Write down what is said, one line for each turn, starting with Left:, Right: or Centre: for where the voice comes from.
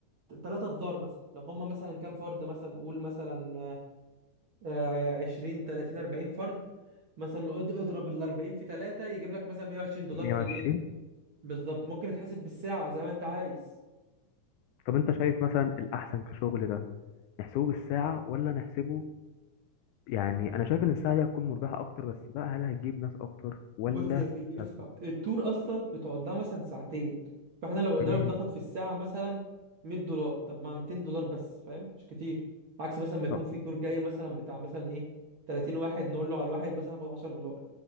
Right: 3 دولار مثلا لو هم مثلا كام فرد مثلا قول مثلا آه، 20 30 40 فرد مثلا لو اض- اضرب ال 40 في 3 يجيب لك مثلا 120 دولار
Left: 120
Right: في الايه بالظبط ممكن يتحسب بالساعه زي ما انت عايز
Left: طب انت شايف مثلا الاحسن كشغل ده نحسبه بالساعة ولا نحسبه يعني انا شايف ان الساعة دي هتكون مربحة اكتر بس بقى هل هتجيب ناس اكتر ولا
Right: بص يا سيدي
Left: هت...
Right: اسمع التور اصلا بتقعد لها مثلا ساعتين فاحنا لو قلنا
Left: مم.
Right: له بناخد في الساعه مثلا 100 دولار طب ما 200 دولار بس فاهم مش كتير عكس مثلا ما يكون
Left: طب
Right: في تور جاي مثلا بتاع مثلا ايه 30 واحد نقول له على الواحد مثلا هاخد 10 دولار